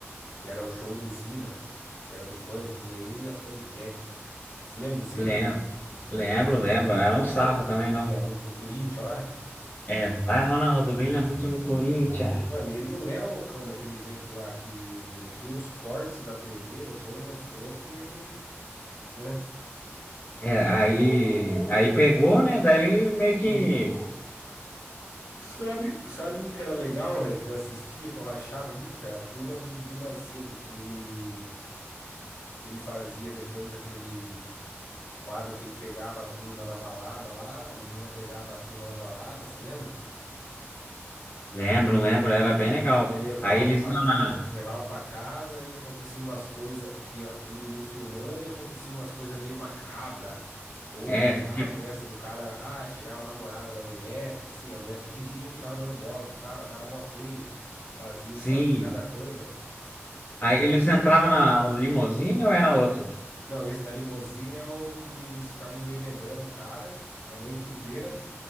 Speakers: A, on the left; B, on the left.
A: Que era o show do Zina, que era do Pânico, vinha ele e as Paniquetes, velho. Você lembra do Zina?
B: Lembro, lembro, lembro. Era um sarro também, não.
A: William no Corinthians lá.
B: É, vai, Ronaldo, brilha muito no Corinthians.
A: Mano, e ele não era loucão daquele jeito lá, que é que os cortes da TV depois mostrou que ele, né?
B: É, aí, aí pegou, né? Daí ele meio que.
A: E sabe, sabe um que era legal, velho, que eu assistia, que eu rachava o bico, cara? A turma do Didi mais cedo, que ele que ele fazia depois aquele quadro que ele pegava a turma na balada lá, a menina pegava a turma na balada, você lembra?
B: Lembro, lembro, era bem legal.
A: Aí levava
B: Aí eles
A: pra
B: iam
A: casa,
B: na.
A: levava para casa e acontecia umas coisas, tinha a turma do mundo filmando e acontecia umas coisas meio macabra. Ou
B: É,
A: pegava
B: tipo,
A: a peça do cara, ah, chegava a namorada da mulher, tipo assim, a mulher fingia que tava dando bola pro cara, o cara mó feio, fazia
B: sim.
A: ele fazer cada coisa, velho.
B: Aí eles entravam na limusine ou era outro?
A: Não, esse da limusine é o que eles ficavam embebedando o cara a noite inteira,